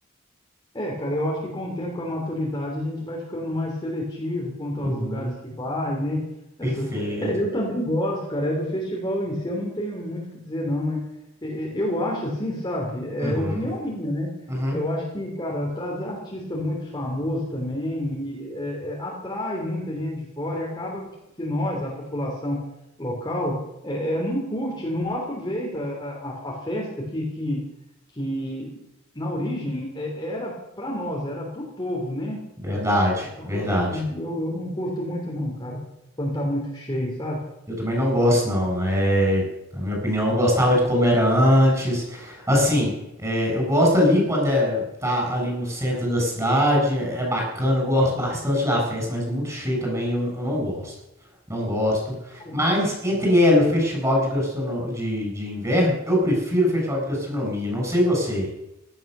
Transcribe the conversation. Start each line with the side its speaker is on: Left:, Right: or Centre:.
Left: É, cara, eu acho que com o tempo, com a maturidade, a gente vai ficando mais seletivo quanto aos
Right: Uhum.
Left: lugares que vai, né?
Right: Perfeito.
Left: Essas... É, eu também gosto, cara, é do festival em si, eu não tenho muito o que dizer, não, mas e- e- eu acho assim, sabe? É
Right: Uhum,
Left: opinião minha, né?
Right: uhum.
Left: Eu acho que, cara, trazer artista muito famoso também e, é, é, atrai muita gente de fora e acaba que que nós, a população local, é, é, não curte, não aproveita a, a- a festa que, que, que na origem é- era para nós, era pro povo, né?
Right: Verdade,
Left: Então
Right: verdade.
Left: eu, eu, eu, eu não curto muito não, cara, quando tá muito cheio, sabe?
Right: Eu também não gosto, não. É, na minha opinião, eu gostava de como era antes. Assim, é, eu gosto ali quando é, tá ali no centro da cidade, é bacana, eu gosto bastante da festa, mas muito cheio também, eu, eu não gosto. Não gosto.
Left: Co-
Right: Mas entre ela e o festival de, gastrono... de, de inverno, eu prefiro o festival de gastronomia. Não sei você.